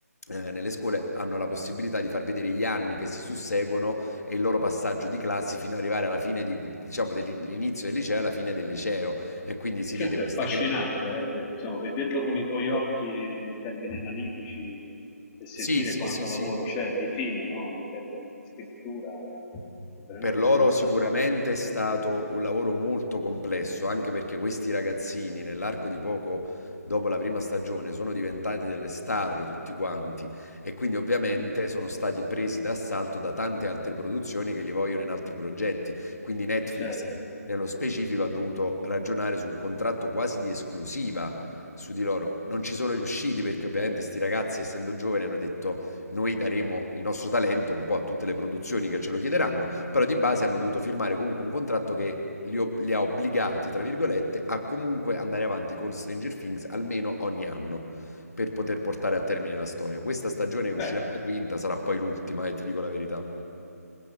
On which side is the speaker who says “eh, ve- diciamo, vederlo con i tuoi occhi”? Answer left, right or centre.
Left